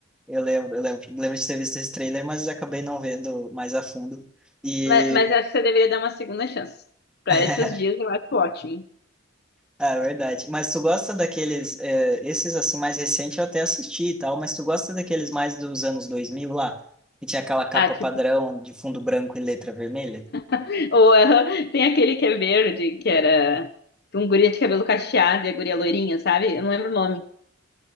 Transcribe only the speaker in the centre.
Eu lembro, eu lembro, lembro de ter visto esse trailer, mas acabei não vendo mais a fundo. E
<laughs>
Ah, é verdade. Mas tu gosta daqueles, eh, esses assim mais recentes eu até assisti e tal, mas tu gosta daqueles mais dos anos 2000 lá, que tinha aquela capa
padrão de fundo branco e letra vermelha?